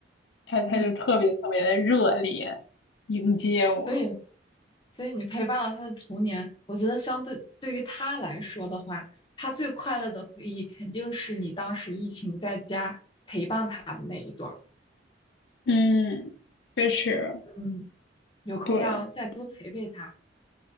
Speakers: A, on the left; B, on the left.
A: 他他就特别特别的热烈
B: 嗯，
A: 迎接我。
B: 所以。所以你陪伴了他的童年，我觉得相对对于他来说的话，他最快乐的回忆肯定是你当时疫情在家陪伴他的那一段儿
A: 嗯，确实，
B: 嗯，有空要再多陪陪他。
A: 对，